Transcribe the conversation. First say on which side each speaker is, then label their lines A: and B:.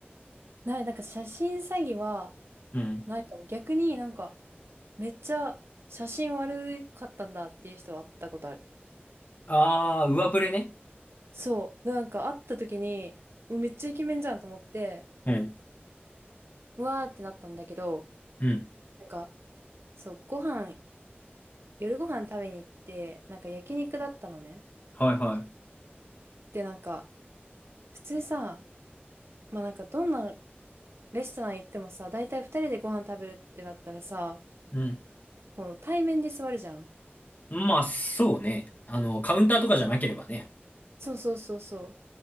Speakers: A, on the right; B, on the left.
A: な、なんか写真詐欺は、
B: うん。
A: ないかも。逆になんか、めっちゃ写真悪かったんだっていう人は会ったことある。
B: あー、上振れね。
A: そう。なんか会った時に、うめっちゃイケメンじゃんと思って、
B: うん。
A: うわーってなったんだけど、
B: うん。
A: なんか、そう、ご飯、夜ご飯食べに行って、なんか焼肉だったのね。
B: はいはい。
A: で、なんか、普通さ、まあなんかどんなレストラン行ってもさ、大体二人でご飯食べるってなったらさ、
B: うん。
A: こう対面で座るじゃん。
B: まあ、そうね。あの、カウンターとかじゃなければね。
A: そうそうそうそう。